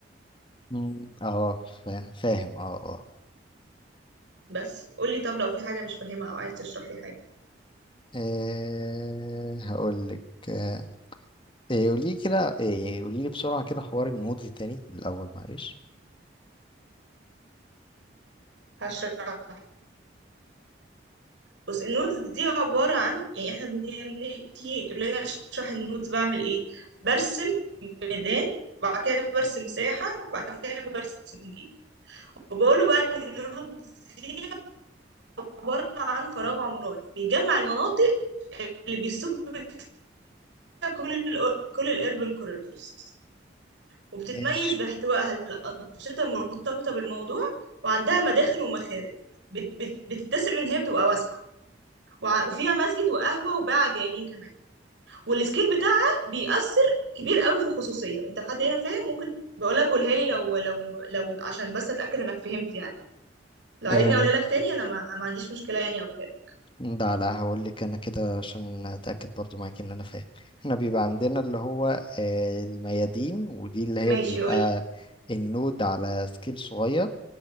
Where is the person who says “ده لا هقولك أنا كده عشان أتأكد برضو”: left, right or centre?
Left